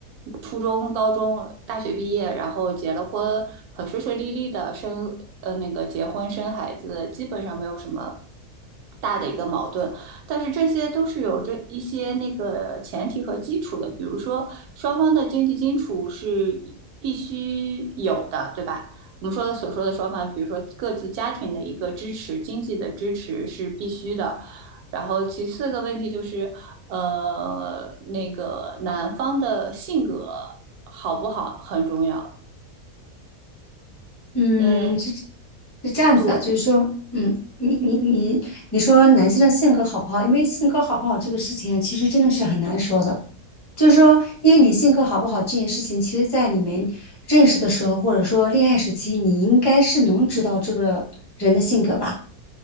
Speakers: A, on the right (about 75°); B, on the left (about 20°).
A: 初中、高中、大学毕业，然后结了婚，很顺顺利利的生呃那个结婚生孩子，基本上没有什么大的一个矛盾。但是这些都是有着一些那个前提和基础的，比如说双方的经济基础是必须有的，对吧？我们说的所说的双方，比如说各自家庭的一个支持，经济的支持是必须的，然后其次的问题就是，呃，那个男方的性格好不好很重要。
B: 嗯，
A: 嗯，
B: 是是这样子的，
A: 对，
B: 就是说，嗯，
A: 嗯
B: 你你你你说男性的性格好不好？因为性格好不好这个事情啊，其实真的是很难说的。就是说，因为你性格好不好这件事情，其实在你们认识的时候，或者说恋爱时期，你应该是能知道这个人的性格吧。